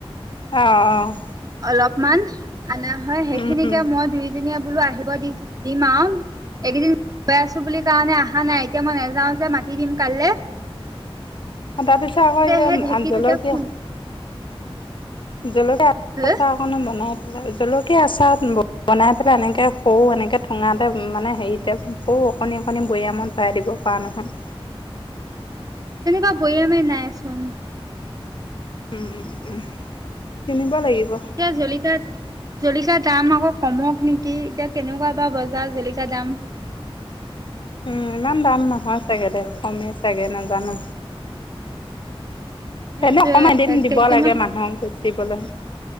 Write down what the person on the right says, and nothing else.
অলপমান আনা হয় সেইখিনিকে
মই দুইজনীয়া বোলো আহিব দি দিম আৰু এইকেইদিন গৈ আছো বুলি কাৰণে আহা নাই এতিয়া মই নাযাওঁ যে মাতি দিম কাইলে।
সেই
ঢেঁকীটোতে
খুন
হ
তেনেকুৱা বয়ামে নাইচোন।
এতিয়া জলিকাত জলিকা দাম আকৌ কমক নেকি এতিয়া কেনেকুৱা বা বজাৰ জলিকা দাম?
সেইটোৱে
এক
কেজি
মান